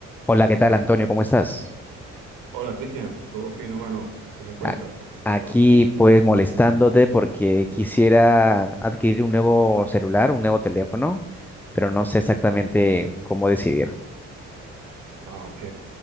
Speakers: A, in the centre; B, on the right.
A: Hola, ¿qué tal, Antonio? ¿Cómo estás?
B: Hola Cristian, todo fino, mano. ¿Qué me cuentas?
A: A-
B: ¿Cómo está
A: Aquí,
B: todo?
A: pues, molestándote porque quisiera adquirir un nuevo celular, un nuevo teléfono, pero no sé exactamente cómo decidir.
B: Ah, ok.